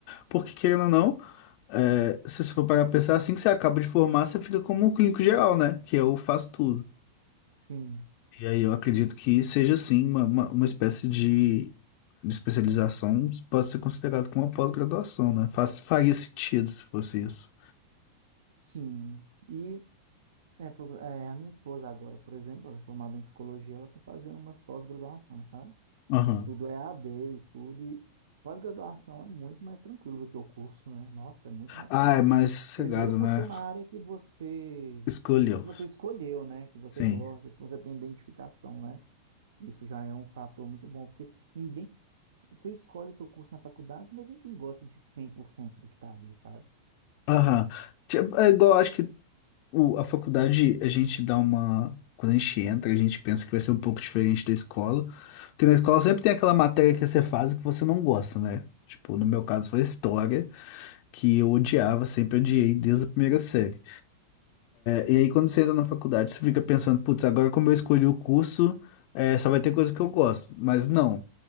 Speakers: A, on the left; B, on the right.
A: Porque, querendo ou não, eh, se você for parar pra pensar, assim que você acaba de formar, você fica como um clínico geral, né? Que eu faço tudo.
B: Sim,
A: E aí eu acredito que seja sim uma, uma, uma espécie de, de especialização, pode ser considerado como uma pós-graduação, né? Faz, faria sentido se fosse isso.
B: sim. E é, por- é, a minha esposa agora, por exemplo, ela é formada em psicologia, ela está fazendo umas pós-graduações, sabe?
A: Aham.
B: Tudo é AD e tudo. E pós-graduação é muito mais tranquilo do que o curso, né? Nossa, é muito mais
A: Ah,
B: tranquilo.
A: é mais sossegado,
B: Primeiro por
A: né?
B: ser uma área que você
A: Escolheu.
B: que você escolheu, né? Que você
A: Sim.
B: gosta, que você tem identificação, né? Isso já é um fator muito bom, porque ninguém c- você escolhe seu curso na faculdade, mas ninguém gosta de 100% do que tá ali, sabe?
A: Aham. Tipo, É igual, acho que o, a faculdade, a gente dá uma. Quando a gente entra, a gente pensa que vai ser um pouco diferente da escola. Porque na escola sempre tem aquela matéria que você faz e que você não gosta, né? Tipo, no meu caso foi história, que eu odiava, sempre odiei desde a primeira série. E aí, quando você entra na faculdade, você fica pensando, putz, agora como eu escolhi o curso, eh, só vai ter coisa que eu gosto. Mas não.